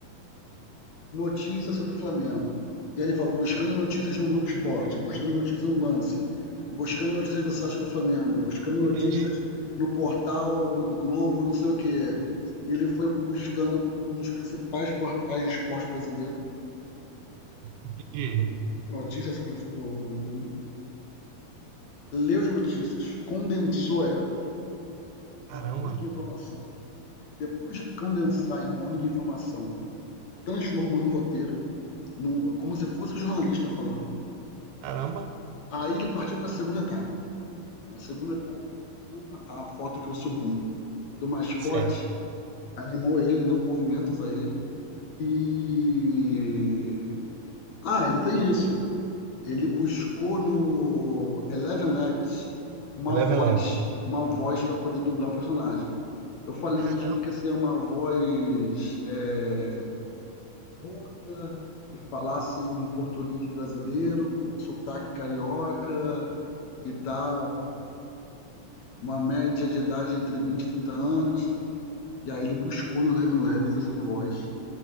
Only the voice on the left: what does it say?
notícias sobre o Flamengo. E aí ele fala, buscando notícias no Globo Esporte, buscando notícias no Lance, buscando notícias do site do Flamengo, buscando notícias
no portal do Globo, não sei o quê. E ele foi buscando nos principais portais de esporte brasileiro
notícias sobre o, clube, leu as notícias, condensou elas em
uma única informação. Depois de condensar em uma única informação, transformou em roteiro, num, como se fosse um jornalista falando.
Aí ele partiu para a segunda etapa, Na segunda etapa, ele pegou uma- a foto que eu subi do mascote,
animou ele, deu movimentos a ele. E. Ah, ainda tem isso. Ele buscou no Eleven Labs uma
voz,
uma voz para poder dublar o personagem. Eu falei
que tinha que ser uma voz é, rouca, que falasse em português brasileiro, com sotaque carioca e tal. uma média de idade entre 20 e 30 anos. E aí ele buscou no Eleven Labs essa voz,